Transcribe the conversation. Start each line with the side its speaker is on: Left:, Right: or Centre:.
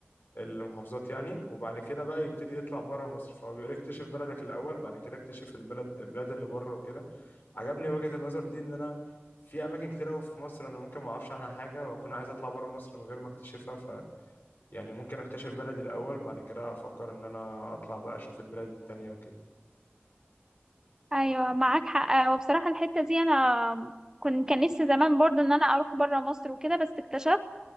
Left: المحافظات يعني وبعد كده بقى يبتدي يطلع بره مصر فهو بيقول اكتشف بلدك الاول بعد كده اكتشف البلد البلاد اللي بره وكده عجبني وجهه النظر دي ان انا في اماكن كتير أوي في مصر انا ممكن ما اعرفش عنها حاجه واكون عايز اطلع بره مصر من غير ما اكتشفها يعني ممكن اكتشف بلدي الاول بعد كده افكر ان انا اطلع بقى اشوف البلاد التانية وكده
Right: ايوه معاك حق آه، وبصراحه الحته دي انا كنت كان نفسي زمان برضو ان انا اروح بره مصر وكده بس اكتشفت